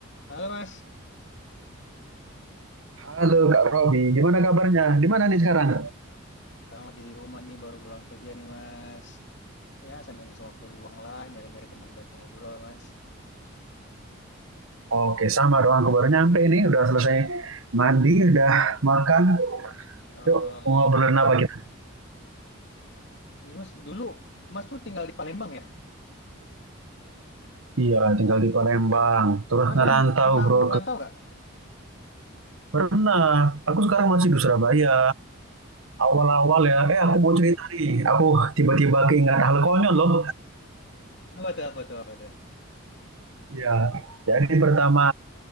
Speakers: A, on the left; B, on the right.
A: Halo Mas,
B: Halo Kak Robi, gimana kabarnya? Di mana nih sekarang?
A: sekarang lagi di rumah nih, baru pulang kerja nih Mas. Ya, sambil ngisi waktu luang lah, nyari-nyari teman buat ngobrol Mas.
B: Oke, sama doang. Aku baru nyampe ini, udah selesai mandi, udah makan.
A: Oke.
B: Yuk, mau ngobrolin apa kita?
A: Ini Mas, dulu Mas tuh tinggal di Palembang ya?
B: Iya, tinggal di Palembang. Terus
A: Mas
B: ngerantau
A: pernah, pernah
B: bro
A: merantau
B: ke
A: nggak?
B: Pernah. Aku sekarang masih di Surabaya. Awal-awal
A: Oh,
B: ya, eh aku mau cerita nih. Aku tiba-tiba keingat hal konyol loh.
A: apa tuh, apa tuh, apa tuh?
B: Iya. Jadi pertama